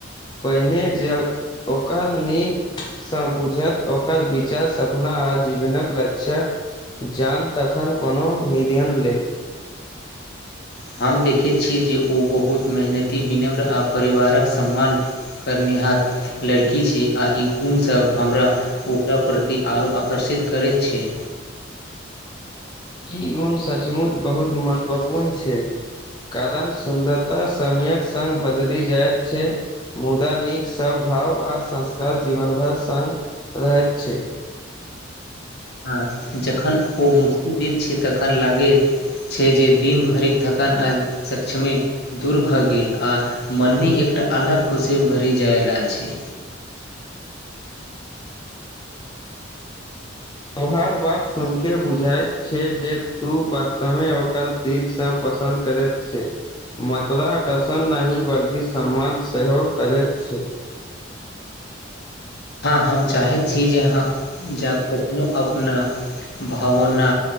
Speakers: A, on the left; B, on the left.
A: पहिने जऽ ओकर नीक सँ बुझत ओकर विचार सपना आ जीवनक लक्ष्य जान तखन कोनो निधन ले
B: हम देखैत छी जे ओ बहुत मेहनती विनम्र आ परिवारक सम्मान करनिहार लड़की छी आ ई गुणसभ हमरा ओकरा प्रति आरो आकर्षित करैत छै
A: ई ऊन सचमुच बहुत महत्वपूर्ण छै कारण सुन्दरता समयक संग बदली जाइत छै मुदा नीक सभाव आ संस्कार जीवन भर संग रहैत छै
B: हँ जखन ओ मुस्कि दैत छै तखन लागैत छै जे दिन भरिक थकान आज सक्षमे दूर भऽ गेल आ मनमे एकटा अलग खुशी भरि जाय रहल छै
A: तोहार बात सुन केँ बुझाइत छै जे तू वास्तवमे ओकर दिलसँ पसन्द करैत छै मत्रा आकर्षण नहि बल्कि सम्मान सेहो करैत छै
B: हँ हम चाहैत छी जे अहाँ जा कखनो अपना भावना